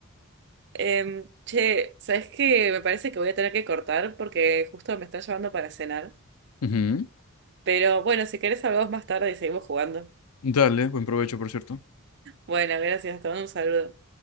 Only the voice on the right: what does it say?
Em, che, ¿sabes qué? Me parece que voy a tener que cortar porque justo me están llevando para cenar.
Pero bueno, si querés hablamos más tarde y seguimos jugando.
Bueno, gracias, te mando un saludo.